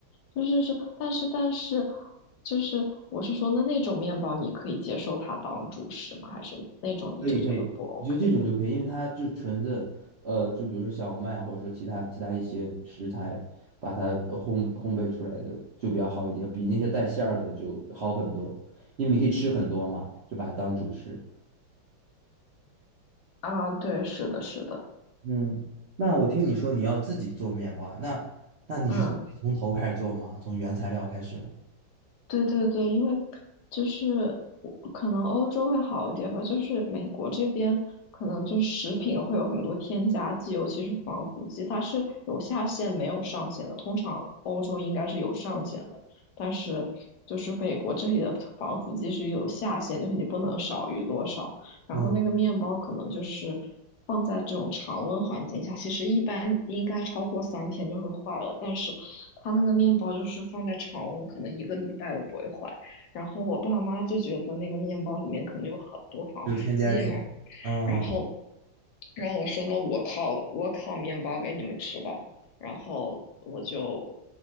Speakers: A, on the left; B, on the right.
A: 就是是，但是但是，就是我是说，那那种面包你可以接受它当主食吗？还是那种你就觉得不
B: 可以可以，
A: OK
B: 你就这种就可以，因为它就纯的，呃，就比如说小麦或者说其他其他一些食材，把它呃烘烘焙出来的就比较好一点，比那些带馅儿的就好很多，因为你可以吃很多嘛，就把它当主食。
A: 啊？对，是的，是的，
B: 嗯，那我听你说你要自己做面包啊，那那你是从头开始做吗？
A: 嗯。
B: 从原材料开始？
A: 对对对，因为就是我可能欧洲会好一点吧，就是美国这边可能就是食品会有很多添加剂，尤其是防腐剂，它是有下限没有上限的。通常欧洲应该是有上限的，但是就是美国这里的防腐剂是有下限，就是你不能少于多少。然后那个面包可能就是放在这种常温环境下，
B: 嗯，
A: 其实一般应该超过三天就会坏了，但是它那个面包就是放在常温，可能一个礼拜都不会坏。然后我爸妈就觉得那个面包里面可能有很多防腐剂嘛，
B: 有添加剂。嗯
A: 然后，然后我说那我烤我烤面包给你们吃吧。然后我就